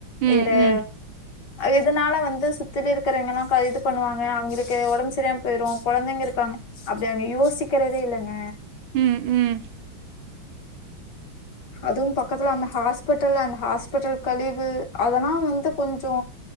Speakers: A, on the right; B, on the left.
A: ம்
B: வேற
A: ம்
B: இதனால வந்து சுத்தில இருக்கிறவங்கல்லா இது பண்ணுவாங்க அவங்களுக்கு ஒடம்பு செரியில்லாம போயிடு கொழந்தைங்க இருக்காங்க அப்டி அங்க யோசிக்கிறதே இல்லங்க
A: ம் ம்
B: அதுவு பக்கத்துல அந்த ஹாஸ்பிட்டல் அந்த ஹாஸ்பிட்டல் கழிவு அதெல்லா வந்து கொஞ்சோ